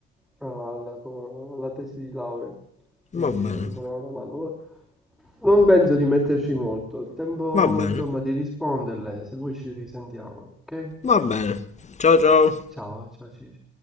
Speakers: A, in the centre; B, on the left.
A: alla, co- alla tesi di laurea, mi
B: va bene.
A: voleva una mano. ma Non penso di metterci molto, tempo
B: Va bene.
A: insomma di risponderle, se vuoi ci risentiamo, ok?
B: Va bene. Ciao ciao.
A: Ciao, ciao Cici.